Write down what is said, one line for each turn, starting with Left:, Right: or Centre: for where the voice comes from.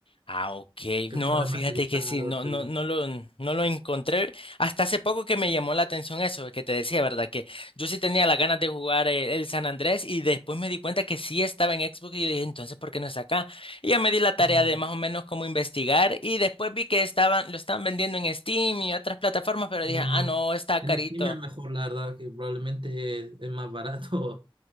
Left: Ah, ok.
Right: que
Left: No,
Right: fue remasterizado,
Left: fíjate que sí, no,
Right: etcétera.
Left: no, no lo, no lo encontré. Hasta hace poco que me llamó la atención eso que te decía, ¿verdad? Que yo sí tenía las ganas de jugar eh, el, San Andrés y después me di cuenta que sí estaba en Xbox y yo dije, entonces, ¿por qué no está acá? Y ya me di la tarea
Right: Mm,
Left: de más o menos cómo investigar y después vi que estaban, lo estaban vendiendo en Steam y otras plataformas, pero
Right: sí,
Left: dije, ah,
Right: no.
Left: no, está
Right: En
Left: carito.
Right: Steam es mejor, la verdad, que probablemente es más barato